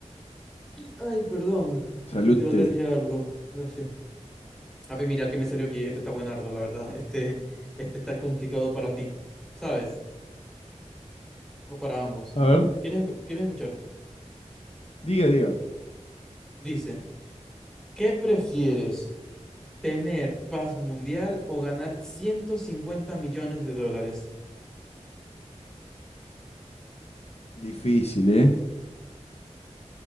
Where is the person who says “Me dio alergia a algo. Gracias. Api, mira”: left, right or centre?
Centre